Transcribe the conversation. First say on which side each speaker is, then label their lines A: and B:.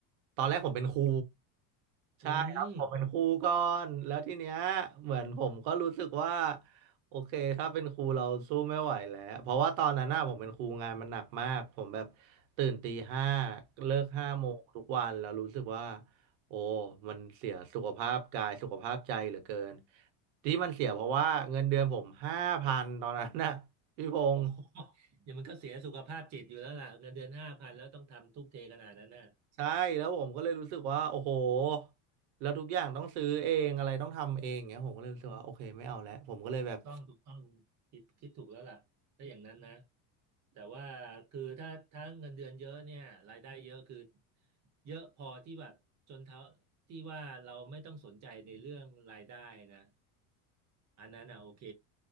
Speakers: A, on the right (about 75°); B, on the right (about 40°).
A: ตอนแรกผมเป็นครูใช่ครับผมเป็นครูก่อนแล้วทีเนี้ยเหมือนผมก็รู้สึกว่า
B: อืม
A: โอเคถ้าเป็นครูเราสู้ไม่ไหวแล้วเพราะว่าตอนนั้นน่ะผมเป็นครูงานมันหนักมากผมแบบตื่นตีห้าเลิกห้าโมงทุกวันแล้วรู้สึกว่าโอ้มันเสียสุขภาพกายสุขภาพใจเหลือเกินที่มันเสียเพราะว่าเงินเดือนผมห้าพันตอนนั้นน่ะพี่พงษ์
B: โอ้โห <laughs> เดี๋ยวมันก็เสียสุขภาพจิตอยู่แล้วล่ะเงินเดือนห้าพันแล้วต้องทำทุ่มเทขนาดนั้นน่ะ
A: ใช่แล้วผมก็เลยรู้สึกว่าโอ้โหแล้วทุกอย่างต้องซื้อเองอะไรต้องทำเองเงี้ยผมก็เลยรู้สึกว่าโอเคไม่เอาแล้วผมก็เลยแบบ
B: ต้องถูกต้องคิดคิดถูกแล้วล่ะถ้าอย่างนั้นนะแต่ว่าคือถ้าถ้าเงินเดือนเยอะเนี่ยรายได้เยอะคือเยอะพอที่แบบจนเท่าที่ว่าเราไม่ต้องสนใจในเรื่องรายได้นะอันนั้นอ่ะโอเค